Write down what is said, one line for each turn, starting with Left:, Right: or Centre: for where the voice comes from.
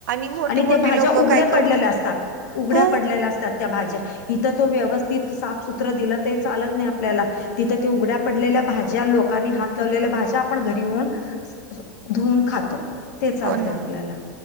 Right: मोठी
Left: आणि
Right: मोठी
Left: त्या भाज्या
Right: लोक
Left: उघड्या
Right: काय करतात
Left: पडलेल्या असतात उघड्या
Right: हो
Left: पडलेल्या असतात त्या भाज्या इथं तो व्यवस्थित साफसुत्र दिलं ते चालत नाही आपल्याला तिथं ते उघड्या पडलेल्या भाज्या लोकांनी हात लावलेल्या भाज्या आपण घरी येऊन धुऊन खातो ते चालतय
Right: हो ना
Left: आपल्याला